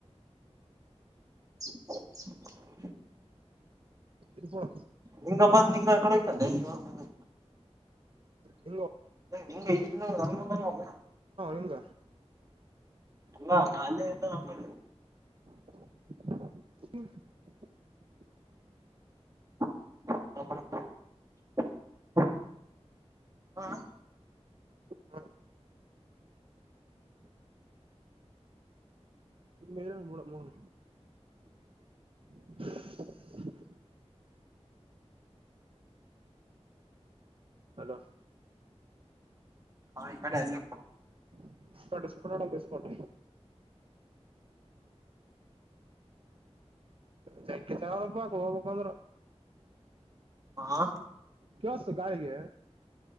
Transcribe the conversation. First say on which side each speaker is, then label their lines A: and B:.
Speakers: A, on the right; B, on the right.
A: <inaudible>
B: ಇದು ಕೊಡ
A: ನಿಂಗ ಬಂದ್ ನಿಂಗಕಡೋಯ್ತಲ್ಲೆ ಇವಾಗ ಬಂದ್.
B: ನಿ
A: ನಿಂಗ ಇ ನಲ್ಲ <unintelligible> ಅಲ್ಲ <unintelligible>
B: ಹಿಂಗ
A: ನಾ ಅಲ್ಲೆ ಇದ್ದ ಅವ್ನಬಲ್ಲಿ.
B: ಹ
A: ಹ <unintelligible> ಹಾ
B: ಹ್ಮ್ ನಿಂಗ ಡ ಮಣ <unintelligible> <inaudible> ಹಲೋ
A: ಹಾ ಈ ಕಡೆ <unintelligible> ಅಲ್ಲ
B: <unintelligible> ಸ್ಟ ಸ್ಫೋಟೋಡ ಸ್ಪೋಟ ಜಕ್ಕೆ <unintelligible> ಚಬಕ್ ಹೋಬೇಕಾದ್ರ.
A: ಹಾ
B: ಕೆಳಸ್ತು ಗಾಳಿಗೆ.